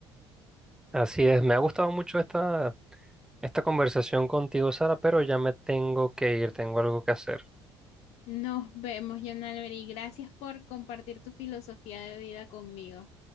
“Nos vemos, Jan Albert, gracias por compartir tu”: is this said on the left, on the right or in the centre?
Left